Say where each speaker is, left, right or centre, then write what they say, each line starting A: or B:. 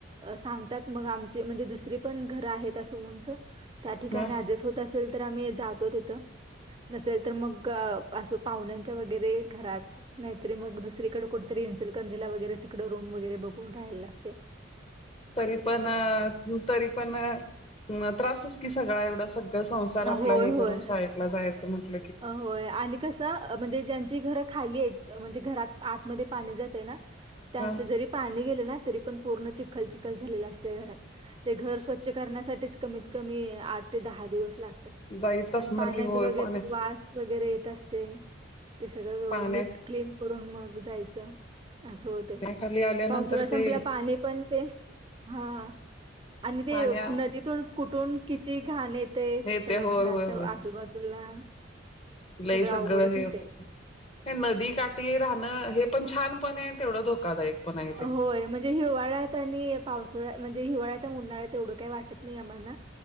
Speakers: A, on the right (about 25°); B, on the left (about 30°).
A: सांगतात, मग आमची म्हणजे दुसरी पण घरं आहेत उंच- त्या ठिकाणी
B: ह
A: ऍडजस्ट होत असेल तर, आम्ही जातो तिथं, - नसेल तर मग असं पाहुण्यांच्या वगैरे घरात- नाहीतरी, मग दुसरीकडे कुठेतरी इचलकरंजीला वगैरे तिकडं रूम वगैरे बघून राहायला लागतय.
B: तरी पण अ.. तू तरी पण- मग त्रासच की सगळा एवढं सगळं संसार
A: होय
B: आपला हे करून
A: होय
B: सायटला जायचं म्हटल्यावर.
A: होय आणि कसं म्हणजे ज्यांची घरं खाली आहेत, म्हणजे घरात आतमध्ये पाणी जात- य ना, त्यांच
B: हा
A: जरी पाणी गेले ना, तरी पण पूर्ण चिखल चिख- ल झालेल असतय घरात. ते घर स्वच्छ करण्यासाठीच कमीत कमी आठ ते दहा दिवस लाग- तात
B: जाईत असणार
A: आणि पाण्याचं
B: की होय
A: वगैरे-
B: पाण्या
A: गास वैगरे येत असतय, ते सगळ
B: पाण्या
A: नीट क्लिन- करून मग जायच अस हो-
B: पाण्याखाली
A: तय.
B: आल्यानंतर
A: पावसाळा संपला
B: ते
A: पाणी पण ते, हा. आणि ते
B: पाण्या
A: नदीतून कुठून- किती घाण येते,
B: येते
A: सगळं
B: होय
A: घराच्या
B: होय होय
A: आजूबाजूला.
B: लई सगळं
A: अवघडच
B: हे
A: होते.
B: होतय. हे नदी काठी राहणं, हे पण छान पण आहे, तेवढं धोकादायक. पण आहे ते
A: होय. म्हणजे हिवाळ्यात आणि पावसाळ्यात म्हणजे हिवाळ्यात, उन्हाळ्यात तेवढं काही वाटत नाही आम्हांना.